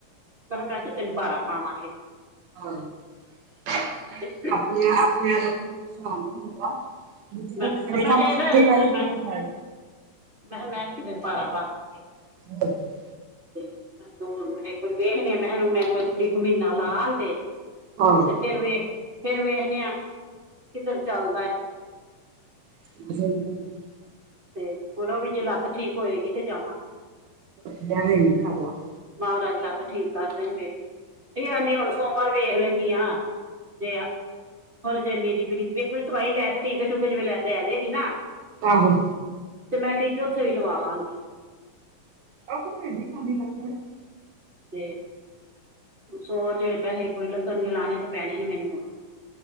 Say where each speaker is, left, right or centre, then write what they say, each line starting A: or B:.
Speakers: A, on the right; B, on the right.
A: ਮੈਂ ਕਿਹਾ। ਮੈ ਕਿਯੋਂ ਤੈਨੂ ਭਾਰਾ ਪਾਵਾਂਗੇ।
B: ਆਹ <unintelligible>
A: ਤੇ
B: ਆਪਣੇ ਆਪਣੇਆਂ ਦਾ ਕੋਈ ਈ ਗੁਸਾ ਨੀ ਹੋਂਦਾ। ਜੋ ਜੇੜਾ
A: ਮੈਂ
B: ਕਰੇਗਾ
A: ਮੈਂ ਇਹ
B: ਛੱਤੀ
A: ਨਾ
B: ਵਾਰੀ
A: ਮੈਂ
B: ਪੈਲਾ
A: ਮੈਂ
B: ਖਾਏਗਾ।
A: ਕਿਹਾ ਮੈਂ ਨੀ ਕਿਸੇ ਭਾਰਾ ਬਣਦੀ ਹੈਗੀ
B: ਹ <unintelligible>
A: ਤੇ ਮੈਂ ਦੋ ਮੈ ਅਹ ਇਕ ਵਾਰੀ ਮੈਹ ਏਨੂੰ ਮੈ ਕਯਾ ਇਕ ਵਾਰੀ ਮੈਨੂੰ ਮੀਨਾ ਲਾਨ ਦੇ।
B: ਕੋਨ।
A: ਤੇ ਫੇਰ ਵੇਖ ਫੇਰ ਵੇਖਨੇ ਆਂ ਕਿੱਧਰ ਚੱਲਦਾ ਏ।
B: <unintelligible>
A: ਫੇਰ ਹੁਨ ੳ ਵੀ ਜੇ ਲੱਤ ਠੀਕ ਹੋਏਗੀ ਤੇ ਜਾਵਾਂਗੇ।
B: ਵਿਆਵਾ <unintelligible>
A: ਮਹਾਰਾਜ ਲੱਤ ਠੀਕ ਕਰਦੇਣ ਮੇਰੀ, ੳ ਕਹਿੰਦੀ ਹੁਣ ਸੋਮਵਾਰ ਵੇਖ ਲੈਂਦੀ ਆਂ ਜੇ ਆ ਖੋਲ ਜੇ ਮੇਰੀ ਪੂਰੀ, ਵੇਖੋ ਜੀ ਦਵਾਈ ਲੈ ਕੇ ਟੀਕੇ ਟੂਕੇ ਜਿਵੇਂ ਲੈ ਕੇ ਆਜੇਗੀ ਨਾ
B: ਆਹੋ।
A: ਤੇ ਮੈਂ ਟੀਕੇ ਉੱਥੇ ਵੀ ਲਵਾ ਲਾਂਗੀ।
B: ਆਹੋ ਮੇਦੀ ਗੀ ਡ <unintelligible>
A: ਤੇ ਸੋਮਵਾਰ ਜਿਹੜੇ ਪੈਸੇ ਇਕ ਵਾਰੀ ਲੱਗਣਗੇ ਲਾਣੇ ਤੇ ਪੈਣੇ ਨੇ ਮੈਨੂੰ ਹੁਣ।